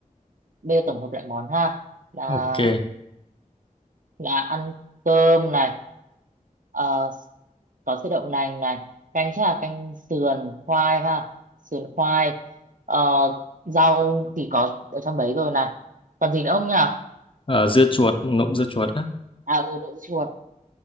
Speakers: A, on the right; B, on the left.
A: bây giờ tổng hợp lại món ha là
B: ok
A: là ăn cơm này ờ, có sữa đậu nành này canh chắc là canh sườn khoai ha sườn khoai ờ, rau thì có ở trong đấy rồi này còn gì nữa không nhỉ à
B: Ờ, dưa chuột nộm dưa chuột á
A: ừ đậu chuột ok